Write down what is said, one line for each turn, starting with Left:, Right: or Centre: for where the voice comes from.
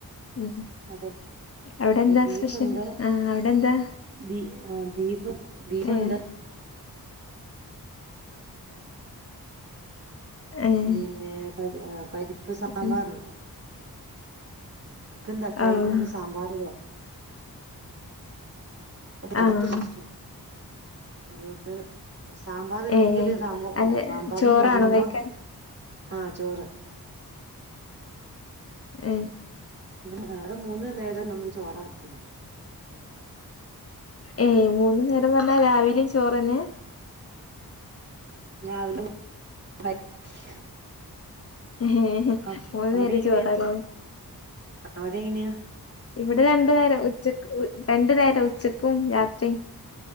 Left: ഉം
Right: അതെ
Left: അവിടെന്താ
Right: ബീഫുണ്ട്
Left: സ്പെഷ്യൽ ആ അവിടെ എന്താ
Right: ബീ ആ, ബീഫ് ബീഫുണ്ട്
Left: ഏഹ് ഏഹ്
Right: പിന്നെ ആ പരി പരിപ്പ് സാമ്പാറുണ്ട്
Left: ഉം
Right: ഇപ്പം തക്കാളിട്
Left: ആഹ്
Right: സാമ്പാറ് വേ <unintelligible>
Left: ആഹ്
Right: അതുകൊണ്ട് സാമ്പാർ ഇല്ലെങ്കില്
Left: ഏഹ്
Right: സാമ്പാർ
Left: അത്
Right: സാമ്പാർന്ന്
Left: ചോറാണോ
Right: പറയുമ്പോ-
Left: കഴിക്കാൻ
Right: ആ ചോറ്
Left: ഏ
Right: അ നവിടെ മൂന്ന് നേരം നമ്മൾ ചോറ വക്കാം
Left: ഏയ് മൂന്ന്നേരം പറഞ്ഞാ രാവിലും ചോറ്ന്നെ
Right: <unintelligible>
Left: മൂന്ന്
Right: ആ അവിടെ
Left: നേരം
Right: എങ്ങനെയാ
Left: ചോറാല
Right: അവിടെ എങ്ങനെയാ
Left: ഇവിടെ രണ്ടു നേരം ഉച്ചക്ക് രണ്ടു നേരം ഉച്ചക്കും രാത്രിയും